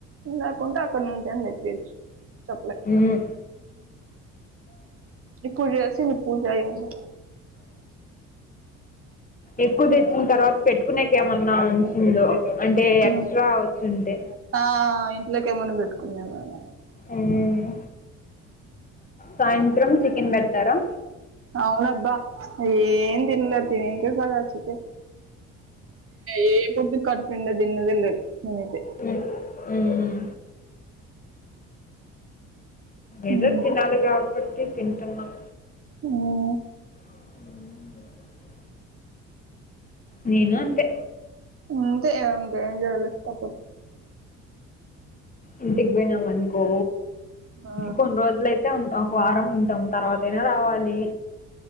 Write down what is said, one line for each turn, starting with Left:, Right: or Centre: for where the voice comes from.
Right: లేకుంటే అక్కడ నుంచి అయినా తెచ్చేయొచ్చు చెప్పలేం
Left: ఉమ్
Right: ఇప్పుడు చేసిన పూజ అయింది
Left: ఎక్కువ తెచ్చిన తర్వాత పెట్టుకునేక ఏమన్నా ఉంచిందో అంటే
Right: హ్మ్.
Left: ఎక్స్ట్రా వచ్చుంటే
Right: ఆ! ఇంట్లోకేమన్నా పెట్టుకుందేమోలే.
Left: ఉమ్ సాయంత్రం చికెన్ పెడతారా
Right: అవునబ్బా అయ్యే ఏం తినలే తినేకేగా వచ్చింది ఏ ఫుడ్ కడుపునిండా తిన్నదేలే నేనయిత
Left: ఉమ్, ఉమ్.
Right: హ్మ్
Left: ఏదో తినాలి కాబట్టి తింటున్నాం
Right: ఉమ్
Left: అ నేను అంతే
Right: అంతే ఇంకేం చేయాలి తప్పదు
Left: ఇంటికి పోయినాం అనుకో
Right: ఆ
Left: కొన్ని రోజులయితే అయితే ఒక వారం ఉంటాం తర్వాతయినా రావాలి